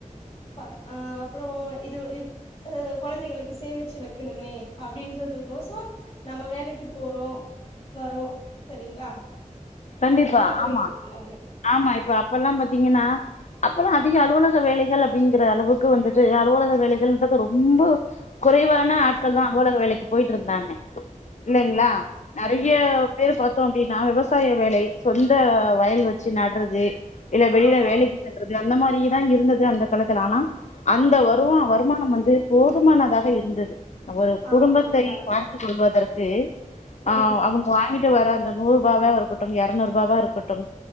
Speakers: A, on the left; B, on the left.
A: ப்ப அ அப்புறோ இதுல இத் ஒ கொழந்தைகளுக்கு சேமிச்சு வக்கணுமே அப்டின்றது கோச நம்ம வேலைக்கு போறோ வரோ சரிங்களா
B: கண்டிப்பா
A: அந்த மாதிரி போயிட்டு
B: ஆமா
A: இருக்கு ஆமா
B: ஆமா இப்ப அப்பல்லா பாத்தீங்கன்னா அப்பல்லா அதிக அலுவலக வேலைகள் அப்டிங்குற அளவுக்கு வந்துட்டு அலுவலக வேலைகள்ன்றது ரொம்ப குறைவான
A: ம்
B: ஆட்கள் தா அழுவலக வேலைக்கு போயிட்டு இருந்தாங்க இல்லைங்களா
A: ஆமா ஆமா
B: நெறைய
A: ம்
B: பேரு பாத்தோ அப்டின்னா விவசாய வேலை சொந்த வயல் வச்சு நட்டுறது இல்ல வெளியில
A: ஆமா
B: வேலைக்கு
A: ஆமா
B: சென்றது அந்த மாரிதா இருந்தது அந்த காலத்துல ஆனா அந்த வருமா
A: ம்
B: வருமானம் வந்து போதுமானதாக இருந்தது ஒரு
A: ஆமா
B: குடும்பத்தை
A: அந்த காலத்துல
B: பார்த்து கொள்வதற்கு ஆ
A: ம்
B: அவுங்க வாங்கிட்டு வர அந்த நூறு ரூபாவ ஒரு எரநூறு ருபாவா இருக்கட்டும்